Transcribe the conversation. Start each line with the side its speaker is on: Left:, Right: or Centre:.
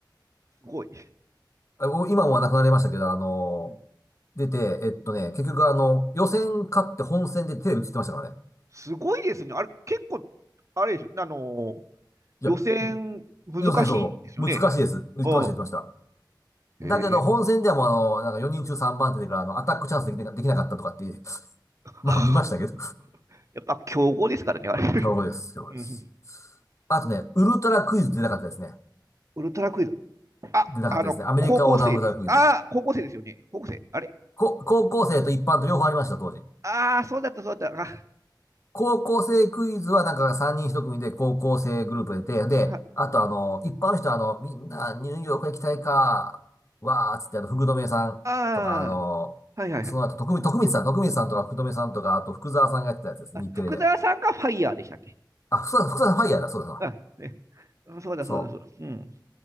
Right: すごい。
Left: あもう今もはなくなりましたけど、あの、
Right: うん、
Left: 出て、えっとね、結局あの、予選勝って本戦でテレビ映ってましたからね。
Right: すごいですね。あれ、結構、あれでしょ、あのー、
Left: いや、
Right: 予選、難しいんですよね。
Left: 予選そう、難しいです。言ってました、
Right: うん。
Left: 言ってました。
Right: えー、
Left: だけど、本戦ではもうあの、なんか4人中3番手でから、あの、アタックチャンスできな、できなかったとかっていう、<laughs>
Right: <laughs>
Left: まあ見ましたけど
Right: やっぱ、強豪ですからね、あれ。
Left: <laughs>。
Right: <laughs>
Left: 強豪です、強豪です。
Right: うん
Left: あとね、ウルトラクイズ出なかったですね。
Right: ウルトラクイズ。あ、
Left: 出なかったですね。
Right: あの、
Left: アメリカ横断ウルトラクイズ。
Right: 高校生です。ああ、高校生ですよね。高校生。あれ
Left: こ、高校生と一般と両方ありました、当時。
Right: ああ、そうだった、そうだった。あ
Left: 高校生クイズはなんか3人1組で高校生グループでで、
Right: あ、
Left: あとあの、一般の人はあの、みんなニューヨーク行きたいか、わーっつってあの、福留さんとかあの、
Right: ああー、はいはいはい。
Left: その後、徳光、徳光さん、徳光さんとか福留さんとか、あと福沢さんがやってたやつです、
Right: あ、
Left: 日テレで。
Right: 福沢さんがファイヤーでしたっけ
Left: あ、福沢さん、福沢さんファイヤーだ、そうだそうだ。
Right: あ、ね。そうだそうだそうだ。
Left: そう。
Right: うん。